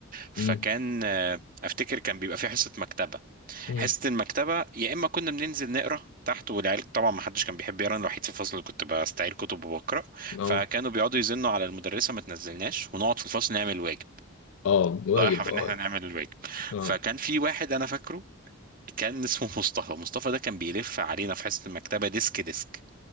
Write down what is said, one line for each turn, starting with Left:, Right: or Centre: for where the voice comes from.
Right: فكان
Left: مم.
Right: آه، افتكر كان بيبقى في حصه مكتبه
Left: مم.
Right: حصة المكتبة يا إما كنا بننزل نقرا تحت والعيال طبعا ما حدش كان بيحب يقرا أنا الوحيد في الفصل اللي كنت بستعير كتب وبقرا
Left: اه
Right: فكانوا بيقعدوا يزنوا على المدرسة ما تنزلناش ونقعد في الفصل نعمل الواجب
Left: اه واجب
Right: ضايعها في
Left: اه
Right: إن إحنا نعمل الواجب
Left: اه
Right: فكان في واحد أنا فاكره كان اسمه مصطفى مصطفى ده كان بيلف علينا في حصة المكتبة ديسك ديسك